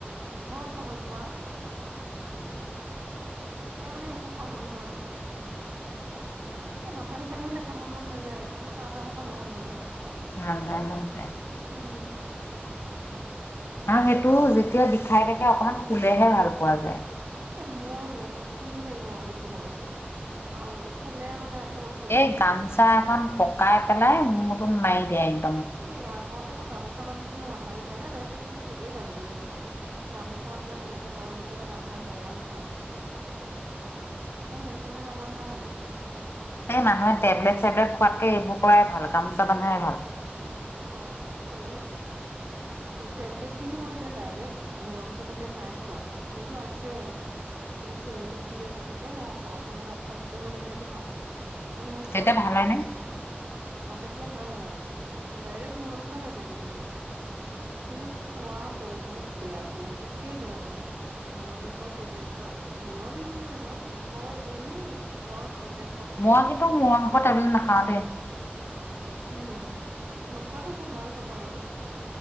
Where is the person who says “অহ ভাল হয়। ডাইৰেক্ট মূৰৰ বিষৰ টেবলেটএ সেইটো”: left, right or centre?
Right